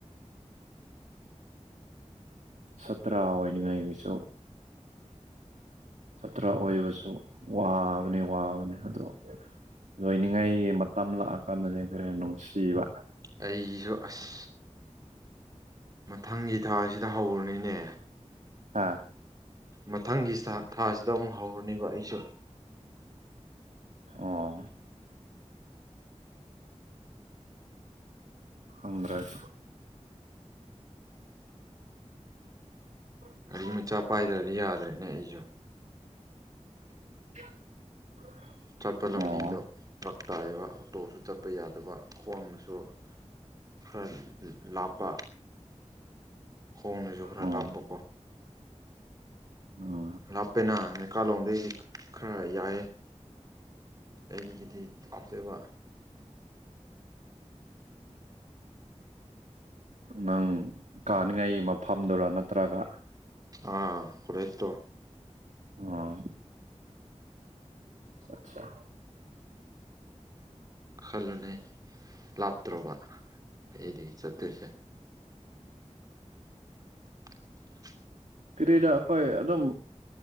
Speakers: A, on the right; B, on the right.
A: ꯁꯇ꯭ꯔꯥ ꯑꯣꯏꯅꯤꯡꯉꯥꯏꯒꯤꯁꯨ꯫ ꯁꯥꯇ꯭ꯔ ꯑꯣꯏꯕꯁꯨ ꯋꯥꯕꯅꯦ ꯋꯥꯕꯅꯦ ꯑꯗꯣ꯫ ꯂꯣꯏꯅꯤꯡꯉꯥꯏꯒꯤ ꯃꯇꯝ ꯂꯥꯛꯑꯀꯥꯟꯗꯅꯤ ꯑꯈꯣꯌꯔ ꯅꯨꯡꯁꯤꯕ꯫
B: ꯑꯩꯁꯨ ꯑꯁ ꯃꯊꯪꯒꯤ ꯊꯥꯁꯤꯗ ꯍꯧꯔꯅꯤꯅꯦ꯫
A: ꯑꯥ
B: ꯃꯊꯪꯒꯤ ꯊꯥꯁꯤꯗ ꯑꯃꯨꯛ ꯍꯧꯔꯅꯤꯕ ꯑꯩꯁꯨ꯫
A: ꯑꯣ꯫ ꯈꯪꯗꯔ꯭꯫ <inaudible>
B: ꯎꯝ ꯃꯆꯥ ꯄꯥꯏꯗ꯭ꯔꯗꯤ ꯌꯥꯗ꯭ꯔꯦꯅꯦ ꯑꯩꯁꯨ꯫
A: <inaudible>
B: ꯆꯠꯄ ꯂꯝꯕꯤꯗꯣ
A: ꯑꯣ
B: ꯐꯥꯛ ꯇꯥꯏꯕ ꯑꯣꯛꯇꯣꯁꯨ ꯆꯠꯄ ꯌꯥꯔꯦ꯫ ꯑꯗꯨꯒ ꯈ꯭ꯋꯥꯡꯅꯁꯨ ꯈꯔ ꯂꯥꯞꯄ꯫ ꯍꯣꯡꯅꯁꯨ ꯈꯔ
A: ꯑꯣ
B: ꯂꯥꯞꯄꯀꯣ꯫
A: ꯎꯝ꯫
B: ꯂꯥꯞꯄꯦꯅ ꯅꯦꯀꯥꯂꯣꯝꯗꯒꯤꯗꯤ ꯈꯔ ꯌꯥꯏꯌꯦ ꯑꯩꯒꯤꯗꯤ꯫ ꯑꯄꯦꯕ꯫
A: ꯅꯪ ꯀꯥꯅꯤꯡꯉꯥꯏꯒꯤ ꯃꯐꯝꯗꯨꯔ ꯅꯠꯇ꯭ꯔꯒ꯫
B: ꯑꯥ ꯍꯔꯤꯠꯇꯣ꯫
A: ꯑꯣ꯫ ꯑꯠꯆꯥ
B: ꯈꯜꯂꯨꯅꯦ ꯂꯥꯞꯇ꯭ꯔꯕ ꯑꯩꯗꯤ ꯆꯠꯇꯣꯏꯁꯦ <unintelligible>
A: ꯀꯔꯤꯔ ꯑꯈꯣꯏ ꯑꯗꯨꯝ